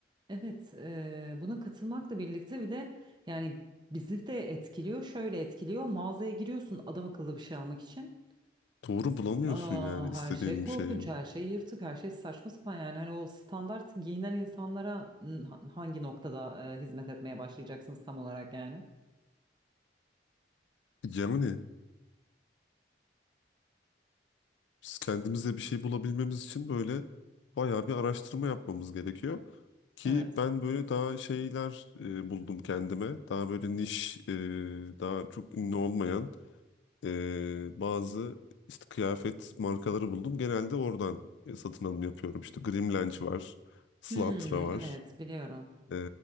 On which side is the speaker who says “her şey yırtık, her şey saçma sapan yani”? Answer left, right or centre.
Right